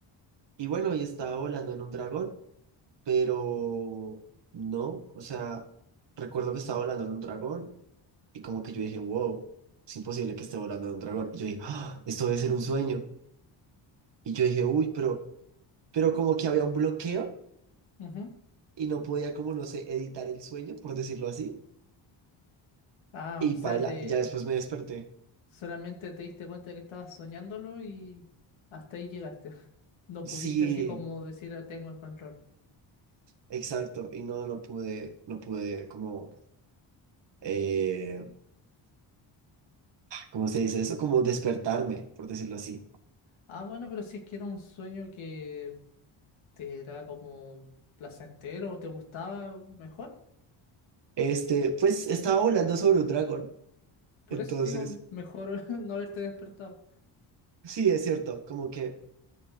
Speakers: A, on the right; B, on the left.
A: y bueno, y estaba volando en un dragón. pero no, o sea, recuerdo que estaba volando en un dragón y como que yo dije, wow, es imposible que esté volando en un dragón. Y yo dije, "Ah, esto debe ser un sueño. Y yo dije, uy, pero, pero como que había un bloqueo
B: Ujú.
A: y no podía como, no sé, editar el sueño, por decirlo así.
B: Ah,
A: Y
B: o sea,
A: paila,
B: te
A: y ya después me desperté.
B: solamente te diste cuenta que estabas soñándolo y hasta ahí llegaste. <laughs> No
A: Sí,
B: pudiste así como decir, "Ah, tengo el control.
A: exacto, y no, no pude, no pude como, eh, ¿cómo se dice eso? Como despertarme, por decirlo así.
B: Ah, bueno, pero si es que era un sueño que ¿Te era como placentero o te gustaba mejor?
A: Este, pues estaba volando sobre un dragón,
B: Por
A: entonces...
B: eso te digo, mejor <laughs> no haberte despertado.
A: Sí, es cierto, como que,